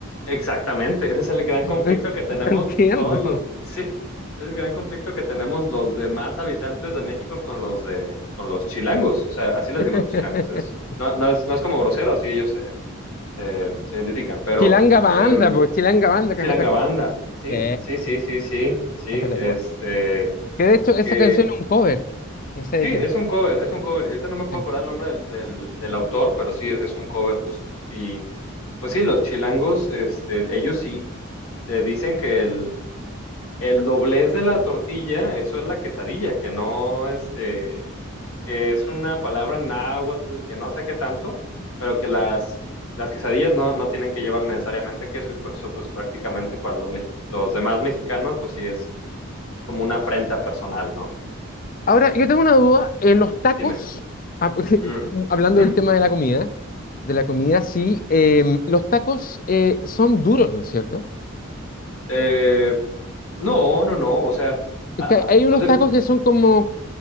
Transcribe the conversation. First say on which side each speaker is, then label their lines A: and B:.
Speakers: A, on the left; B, on the left.
A: Exactamente, ese es el gran conflicto
B: No, ent-
A: que tenemos
B: no entiendo.
A: todos los, sí, ese es el gran conflicto que tenemos los demás habitantes de México con los de, con los chilangos, o sea, así les
B: <laughs>
A: decimos chilangos, es, no, no es, no es como grosero, así ellos se, se, se identifican, pero
B: Chilanga Banda,
A: em,
B: pues Chilanga Banda, Café
A: chilanga
B: Tacuba.
A: banda, sí,
B: Sí,
A: sí, sí, sí, sí, sí,
B: Café Tacuba.
A: este,
B: Que de hecho esa
A: que,
B: canción es un cover. No sé de
A: sí,
B: quién.
A: es un cover, es un cover, y ahorita no me puedo
B: Eh.
A: acordar el nombre del, del, del autor, pero sí, es un cover justo, y pues sí, los chilangos, este, ellos sí te dicen que el, el doblez de la tortilla, eso es la quesadilla, que no, este, que es una palabra en náhuatl, que no sé qué tanto, pero que las, las quesadillas no, no tienen que llevar necesariamente queso, y pues eso, pues prácticamente para los, mex- los demás mexicanos, pues sí es, es como una afrenta personal, ¿no?
B: Ahora, yo tengo una duda. En los tacos,
A: Dime.
B: ah, <laughs>
A: Mm.
B: hablando
A: Ujú.
B: del tema de la comida, de la comida, sí, eh, los tacos eh, son duros, ¿no es cierto?
A: Eh, no, no, no, o sea,
B: Es
A: ah,
B: que
A: ah,
B: hay unos
A: pues de
B: tacos que son como,